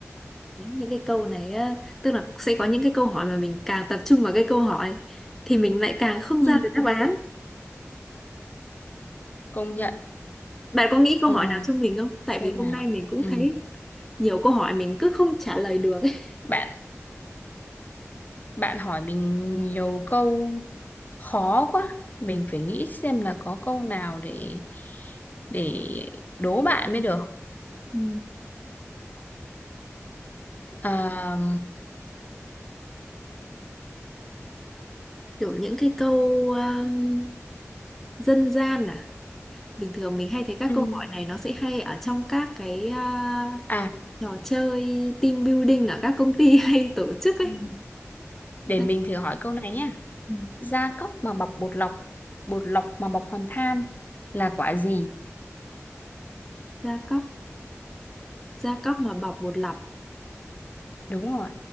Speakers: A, in the centre; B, on the left.
A: Ý, những cái câu này á, tức là sẽ có những cái câu hỏi mà mình càng tập trung vào cái câu hỏi thì mình lại càng không
B: ừ,
A: ra được đáp án
B: công nhận
A: bạn có nghĩ câu
B: ừ,
A: hỏi nào cho mình không tại
B: xem
A: vì hôm
B: nào
A: nay mình cũng
B: ừ.
A: thấy nhiều câu hỏi mình cứ không trả lời được ấy.
B: bạn bạn hỏi mình nhiều câu khó quá mình phải nghĩ xem là có câu nào để để đố bạn mới được
A: Ừ.
B: Ờ,
A: kiểu những cái câu um, dân gian à bình thường mình hay thấy các
B: ừ.
A: câu hỏi này nó sẽ hay ở trong các cái à,
B: à
A: trò chơi team building ở các công ty <laughs> hay tổ chức ấy
B: ừ. để
A: Đấy,
B: mình thử hỏi câu này nhé
A: Ừ.
B: gia cốc mà bọc bột lọc bột lọc mà bọc hòn than là quả gì
A: gia cóc gia cóc mà bọc bột lọc
B: đúng rồi